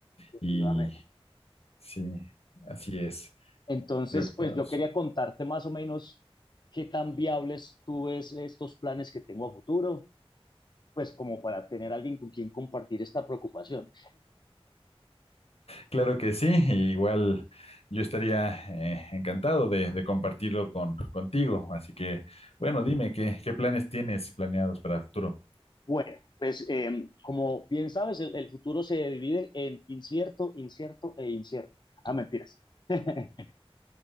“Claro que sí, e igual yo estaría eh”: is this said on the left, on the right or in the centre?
Left